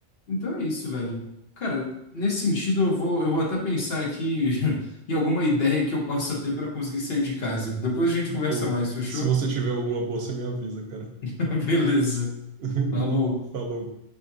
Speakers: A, on the left; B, on the right.
A: Então é isso, velho. Cara, nesse sentido, eu vou, eu vou até pensar aqui <laughs> em alguma ideia que eu possa ter para conseguir sair de casa. Depois a gente conversa
B: Pô,
A: mais, fechou?
B: se você tiver alguma boa, você me avisa, cara.
A: <laughs> Beleza.
B: <laughs>
A: Falou.
B: Falou.